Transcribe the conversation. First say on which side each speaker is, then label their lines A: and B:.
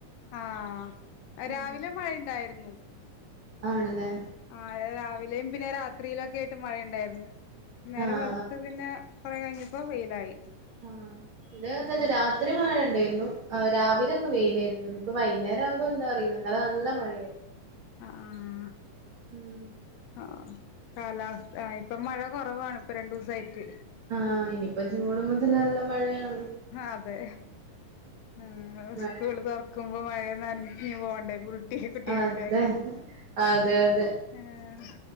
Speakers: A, on the left; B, on the right.
A: ആഹ്
B: ഉം
A: രാവിലെ മഴയിണ്ടായിരുന്നു. ഉം
B: ആണല്ലേ?
A: ആഹ് രാവിലെയും പിന്നെ രാ ത്രിയിലൊക്കെ ആയിട്ട് മഴയുണ്ടാരുന്നു. നേരം
B: ആഹ്
A: വെളുത്തു പിന്നെ കുറെ കഴിഞ്ഞപ്പം വെയിലായി.
B: ആഹ് ഇവിടെം അതുതന്നെ
A: ഉം
B: രാത്രി മഴയുണ്ടെയിരുന്നു. ആഹ് രാവിലൊക്കെ വെയിലാരുന്നു ഇപ്പൊ വൈന്നേരാവുമ്പൊ ന്താ അറിയില്ല ഇന്നല നല്ല മഴയാരുന്നു.
A: ആ ആഹ്
B: ഉം
A: ആഹ് കാലാവസ്ഥ ആ ഇപ്പം മഴ കൊറവാണ് ഇപ്പ രണ്ടു ദിവസായിട്ട്.
B: ആഹ് ഇനിയിപ്പ ജൂണ്
A: ആഹ്
B: മുതല് നല്ല മഴയാണല്ലോ
A: അതെ ഉം
B: മഴ
A: സ്കൂള് തൊറ ക്കുമ്പം മഴേം നനഞ്ഞു പോകണ്ടേ കൂൾ ട്ടി കുട്ടികളില്ലേ
B: അതെ അതെ അതെ
A: ഏഹ്